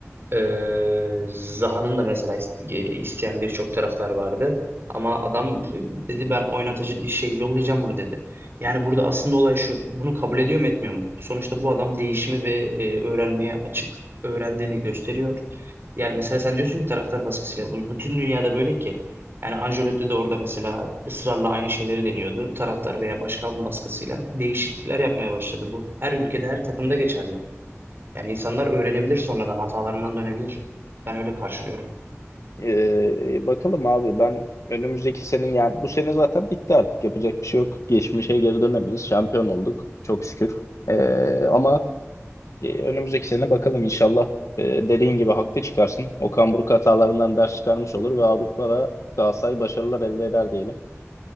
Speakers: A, on the right (about 50°); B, on the left (about 75°).
A: Ee, Zaha'nın da mesela is- e, isteyen birçok taraftar vardı. Ama adam e, dedi ben oynatıcı şey yollayacağım bunu dedi. Yani burada aslında olay şu. Bunu kabul ediyor mu etmiyor mu? Sonuçta bu adam değişimi ve e, öğrenmeye açık. Öğrendiğini gösteriyor. Yani mesela sen diyorsun ki taraftar baskısıyla. Bu bütün dünyada böyle ki. Yani Ancelotti de orada mesela ısrarla aynı şeyleri deniyordu. Taraftar veya başkan baskısıyla değişiklikler yapmaya başladı. Bu her ülkede her takımda geçerli. Yani insanlar öğrenebilir sonradan, hatalarından dönebilir. Ben öyle karşılıyorum.
B: Ee, bakalım abi ben önümüzdeki senin yani bu sene zaten bitti artık yapacak bir şey yok. Geçmişe geri dönemeyiz. Şampiyon olduk çok şükür. Ee, ama E, önümüzdeki sene bakalım inşallah e, dediğin gibi haklı çıkarsın. Okan Buruk hatalarından ders çıkarmış olur ve Avrupa'da Galatasaray başarılar elde eder diyelim.